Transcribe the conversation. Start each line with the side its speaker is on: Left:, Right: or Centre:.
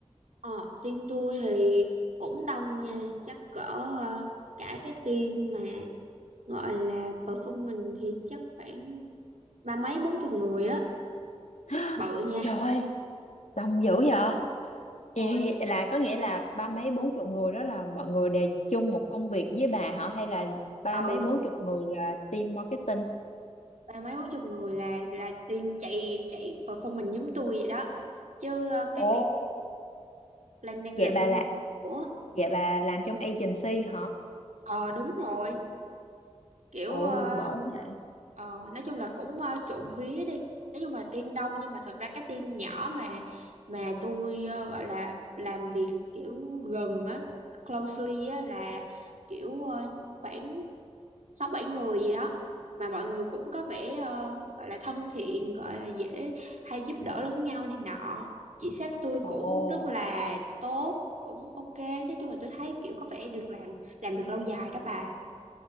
Right: ờ, team tôi thì cũng đông nha chắc cỡ ờ, cả cái team mà gọi là perform mình thì chắc khoảng ba mấy bốn chục người á
Left: <gasps>
Right: bự nha
Left: trời ơi đông dữ vậy Ê,
Right: Ôi,
Left: là có nghĩa là ba mấy bốn chục người đó là mọi người đều chung một công việc với bà hả hay là ba
Right: ừ
Left: mấy bốn chục người là team marketing?
Right: ba mấy bốn chục người là là team chạy chạy perform mình giống tôi vậy đó chứ ờ, cái
Left: Ồ,
Right: team planning
Left: Vậy
Right: là
Left: bà
Right: team
Left: là
Right: của
Left: vậy bà làm trong agency hả?
Right: ờ đúng rồi kiểu
Left: Ồ,
Right: ờ,
Left: bởi vậy.
Right: ờ, nói chung là cũng ờ, trộm vía đi nói chung là team đông nhưng mà thật ra cái team nhỏ mà mà tôi ờ, gọi là làm việc kiểu gần á closely á là kiểu ờ, khoảng sáu bảy người gì đó mà mọi người cũng có vẻ ờ, gọi là thân thiện gọi là dễ hay giúp đỡ lẫn nhau này nọ chị sếp tôi
Left: ồ.
Right: cũng rất là tốt cũng ok nói chung là tôi thấy kiểu có vẻ được làm làm được lâu dài đó bà